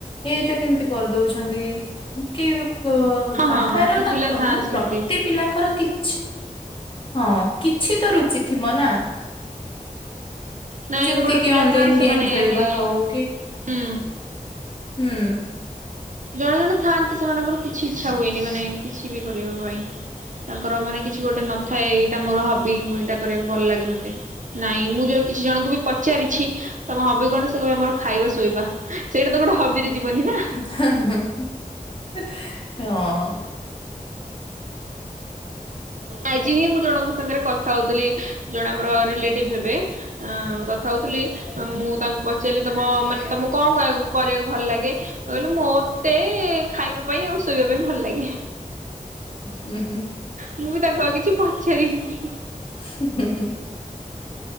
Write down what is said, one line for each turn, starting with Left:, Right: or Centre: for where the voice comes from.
Left: ଏଇଟା କେମିତି କରିଦଉଛନ୍ତି କି ବୋ
Right: ହଁ
Left: କାହାର
Right: ହଁ କିଛି
Left: ନା
Right: ପିଲା
Left: କ
Right: ଥାଆନ୍ତି
Left: ମାନେ
Right: ସେମିତି
Left: ପ୍ରତି ପିଲାଙ୍କର କିଛି ହଁ କିଛି ତ ରୁଚି ଥିବ ନା
Right: ନାଇଁ
Left: ଯେମିତି
Right: ଗୋଟେ ଗୋଟେ
Left: କି
Right: ପିଲା
Left: ଅନଲାଇନ
Right: ଥାଆନ୍ତି ସେମାନେ
Left: ଗେମ୍ ଖେଳିବା
Right: ମାନେ
Left: ହଉ କି
Right: ହୁଁ।
Left: ହୁଁ।
Right: ଜଣେ ଜଣେ ଥାଆନ୍ତି ସେମାନଙ୍କର କିଛି ଇଚ୍ଛା ହୁଏନି ମାନେ କିଛି ବି କରିବା ପାଇଁ ତାଙ୍କର ମାନେ କିଛି ଗୋଟେ ନଥାଏ ଏଇଟା ମୋର ହବି ମୁଁ ଏଟା କରିବାକୁ ଭଲ ଲାଗେ ମତେ ନାଇଁ ମୁଁ ଯୋଉ କିଛି ଜଣଙ୍କୁ ବି ପଚାରିଛି ତମ ହବି କଣ ସେ କହିବେ ମୋର ଖାଇବା ଶୋଇବା ସେଇଟା ତ ଗୋଟେ ହବିରେ ଯିବନି ନା
Left: ହଁ। ହ
Right: ଆଜି ହିଁ ମୁଁ ଜଣଙ୍କ ସାଙ୍ଗରେ କଥା ହଉଥିଲି ଜଣେ ଆମର ରିଲେଟିଭ ହେବେ ଅ କଥା ହଉଥିଲି
Left: ଆଜ୍ଞା।
Right: ମୁଁ ତାଙ୍କୁ ପ ଚାର୍ଲି ତମ ମାନେ ତମକୁ କଣ କରିବା କରିବାକୁ ଭଲ ଲାଗେ କହିଲେ ମତେ ଖାଇବା ପାଇଁ ଆଉ ଶୋଇବା ପାଇଁ ଭଲ ଲାଗେ।
Left: ହ।
Right: ମୁଁ ବି ତାଙ୍କୁ ଆଉ କିଛି ପଚାରିଲିନି
Left: ହୁ ହୁ